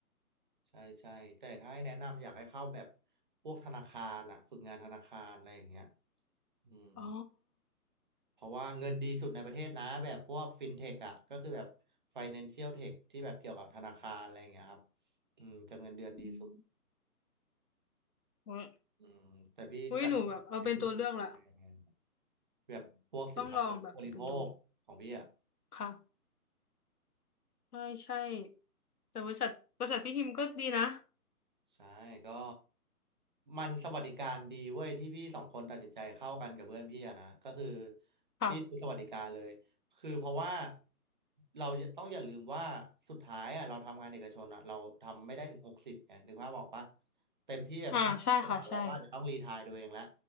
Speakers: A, on the right; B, on the left.
A: ใช่ใช่แต่ถ้าให้แนะนำอยากให้เข้าแบบพวกธนาคารอะฝึกงานธนาคารอะไรอย่างเงี้ยอืม
B: อ๋อ
A: เพราะว่าเงินดีสุดในประเทศนะแบบพวกฟินเทคอะก็คือแบบ Financial Tech ที่แบบเกี่ยวกับธนาคารอะไรอย่างเงี้ยครับอืมจะเงินเดือนดีสุด
B: อืมโอ้ย
A: อืมแต่พี่กับ
B: อุ๊ยหนูแบบเอาเป็นตัวเลือกละ
A: FMP ไปทำงนแบบพวกสินค้าอุปโภคบริโภคของพี่อะ
B: ต้องลองแบบไปดูค่ะ ใช่ใช่แต่บริษัทบริษัทพี่ฮิมก็ดีนะ
A: ใช่ก็มันสวัสดิการดีเว้ยที่พี่สองคนตัดสินใจเข้ากันกับเพื่อนพี่อะนะก็คือ
B: ค่ะ
A: พี่ดูสวัสดิการเลยคือเพราะว่าเราต้องอย่าลืมว่าสุดท้ายอะเราทำงานเอกชนอะเราทำไม่ได้ถึงหกสิบไงนึกภาพออกปะเต็มที่แบบห้าสิบกว่าเราก็อาจจะต้องรีไทร์ตัวเองแล้ว
B: อ่าใช่ค่ะใช่